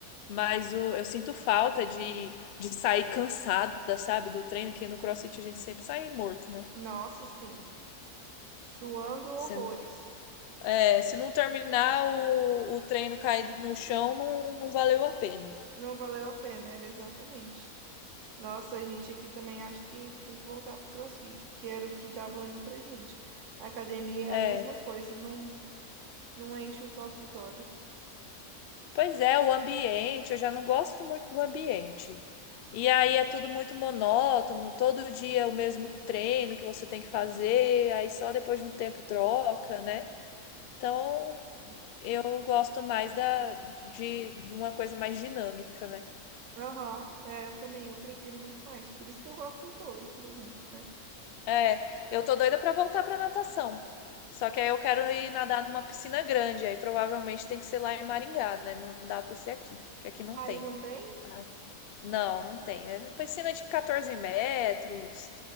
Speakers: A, on the left; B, on the right.
A: Mas o, eu sinto falta de, de sair cansada, sabe, do treino, que no CrossFit a gente sempre sai morto, né?
B: Nossa, sim. Suando horrores.
A: Se, é, se não terminar o, o treino caído no chão, não, não valeu a pena.
B: Não valeu a pena, era exatamente. Nossa, a gente aqui também acho que tem que voltar pro CrossFit, porque era o que dava ânimo pra gente. A academia
A: É.
B: é a mesma coisa, não, não enche os nossos olhos.
A: Pois é, o ambiente, eu já não gosto muito do ambiente. E aí é tudo muito monótono, todo dia o mesmo treino que você tem que fazer, aí só depois de um tempo troca, né? Então
B: né?
A: eu gosto mais da, de, de uma coisa mais dinâmica, né?
B: Aham, é, eu também, eu prefiro muito mais. Por isso que eu gosto do vôlei, por exemplo, né?
A: É, eu tô doida pra voltar pra natação. Só que aí eu quero ir nadar numa piscina grande, aí provavelmente tem que ser lá em Maringá, né? Não dá pra ser aqui, porque aqui não
B: Aí
A: tem.
B: não tem?
A: Ah, não, não tem. É piscina de 14 metros.